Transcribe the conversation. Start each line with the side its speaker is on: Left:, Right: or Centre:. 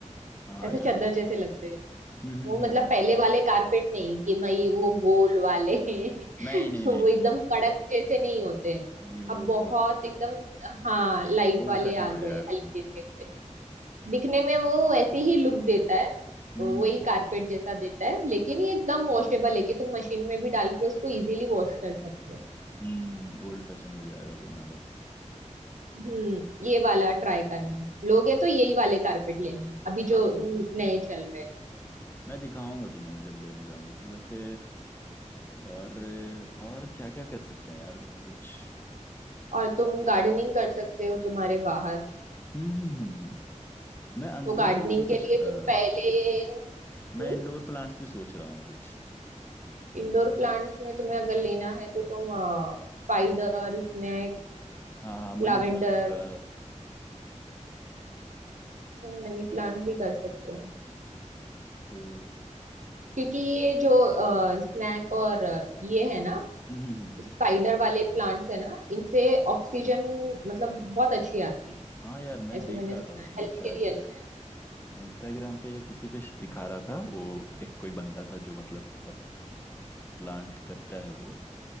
Left: हाँ
Right: ऐसे
Left: यार
Right: चादर जैसे लगते हैं
Left: हम्म हम्म
Right: वो
Left: हम्म,
Right: मतलब
Left: हम्म।
Right: पहले वाले कारपेट नहीं कि भाई वो गोल वाले <laughs>
Left: नहीं नहीं
Right: वो
Left: नहीं नहीं
Right: एकदम
Left: नहीं नहीं
Right: कड़क जैसे नहीं होते
Left: नहीं, वो
Right: अब बहुत
Left: बहुत
Right: एकदम हाँ लाइट
Left: ओल्ड
Right: वाले
Left: फैशन
Right: आ गए
Left: हो जाएगा
Right: हल्के
Left: वो
Right: से होते हैं। दिखने में वो वैसे ही लुक देता है
Left: हम्म
Right: वही कारपेट जैसा देता है लेकिन ये एकदम वॉशेबल है कि तुम मशीन में भी डाल के उसको इजीली वॉश कर सकते हो
Left: हम्म ओल्ड फैशन हो जाएगा वरना वो
Right: हम्म ये वाला ट्राई करना लोगे तो यही वाले कारपेट लेना अभी
Left: हाँ
Right: जो
Left: बिल्कुल
Right: न-
Left: बिल्कुल
Right: नए चल रहे हैं
Left: मैं दिखाऊंगा तुम्हें मैं जब लेने जाऊंगा तो वैसे और और क्या क्या कर सकते हैं यार उसमें कुछ
Right: और तुम गार्डनिंग कर सकते हो तुम्हारे बाहर
Left: हम्म हम्म हम्म हम्म। मैं अंदर
Right: तो गार्डनिंग
Left: के लिए भी
Right: के
Left: कुछ
Right: लिए
Left: अ,
Right: तुम पहले हम्म
Left: मैं इंडोर प्लांट्स भी सोच रहा हूँ कुछ
Right: इंडोर प्लांट्स में तुम्हें अगर लेना है तो तुम spider snake
Left: हाँ हाँ मनी
Right: lavender
Left: प्लांट्स का
Right: money plant भी कर सकते हो
Left: तो
Right: क्योंकि ये जो स्नैक और अ, ये है ना
Left: हम्म हम्म हम्म।
Right: स्पाइडर वाले प्लांट्स है ना इनसे ऑक्सीजन
Left: हम्म।
Right: मतलब बहुत अच्छी आती है
Left: हाँ यार मैं
Right: ऐसे
Left: देख
Right: मैंने
Left: रहा
Right: सुना
Left: था
Right: है
Left: उस पे
Right: हेल्थ
Left: शायद
Right: के लिए अच्छा है
Left: इंस्टाग्राम पे या किसी पे दिखा रहा था वो एक कोई बंदा था जो मतलब प्लांट करता है वो